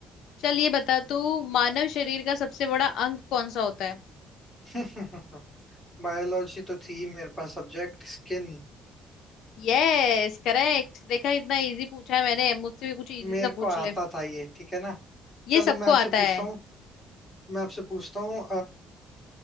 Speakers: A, on the left; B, in the centre.
A: चल ये बता तू मानव शरीर का सबसे बड़ा अंग कौन सा होता है
B: <laughs> बायोलॉजी तो थी मेरे पास सब्जेक्ट स्किन
A: यस करेक्ट देखा इतना इजी पूछा है मैंने मुझसे भी कुछ इजी
B: मेरे
A: सा
B: को
A: पूछ
B: आता
A: ले
B: था ये ठीक है ना
A: ये
B: चलो
A: सबको
B: मैं आपसे
A: आता
B: पूछता
A: है
B: हूँ मैं आपसे पूछता हूँ